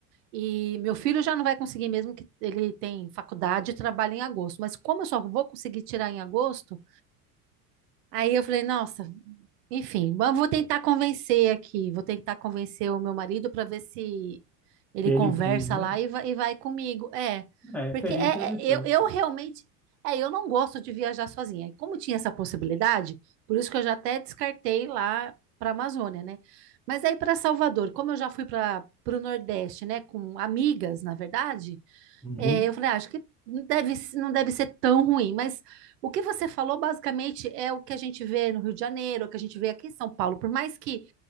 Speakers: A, on the right (about 80°); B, in the centre.
A: E meu filho já não vai conseguir mesmo que ele tem faculdade e trabalha em agosto. Mas como eu só vou conseguir tirar em agosto, aí eu falei, nossa, Enfim, mas vou tentar convencer aqui, vou tentar convencer o meu marido para ver se ele
B: Se
A: conversa
B: Ele vem, né?
A: lá e vai, e vai comigo. É,
B: É,
A: porque
B: seria
A: é,
B: interessante.
A: é- eu, eu realmente, é, eu não gosto de viajar sozinha. E Como tinha essa possibilidade, por isso que eu já até descartei lá para a Amazônia, né? Mas aí para Salvador, como eu já fui para o Nordeste, né, com amigas, na verdade,
B: Uhum,
A: é, eu falei, "Ah, acho que não deve, não deve ser tão ruim, mas o que você falou basicamente é o que a gente vê no Rio de Janeiro, o que a gente vê aqui em São Paulo, por mais que